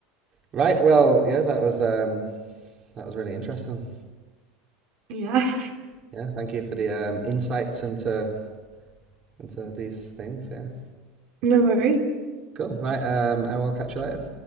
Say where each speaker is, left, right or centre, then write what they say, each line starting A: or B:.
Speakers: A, on the right (about 35°); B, on the right (about 60°).
A: right, well, yeah, that was um that was really interesting.
B: Yeah. <laughs>
A: Yeah, thank you for the um insights into into these things, yeah.
B: No worries.
A: Cool. Right, um I will catch you later.